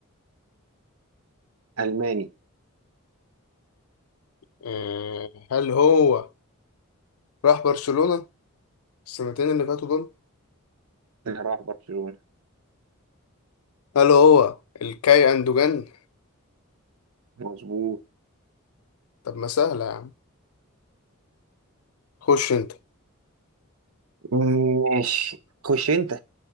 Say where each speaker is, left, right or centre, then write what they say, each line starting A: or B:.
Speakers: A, on the right; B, on the left.
A: الماني
B: آه، هل هو راح برشلونة السنتين اللي فاتوا دول
A: راح برشلونة
B: هل هو الكاي أندوجان
A: مظبوط
B: طب ما سهلة يا عم خش أنت
A: مم، ماشي خش انت